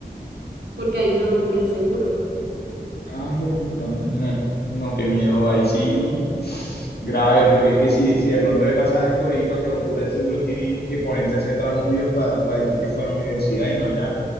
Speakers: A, on the right; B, on the left.
A: porque ahí no lo cubre el seguro.
B: Ah, jue puta, no, no, qué miedo. Ahí sí, grave, porque es que si, si de pronto le pasa algo ahí para que lo cubra el seguro, tienen que ponerse a hacer tramullos para decir que fue a la universidad y no allá.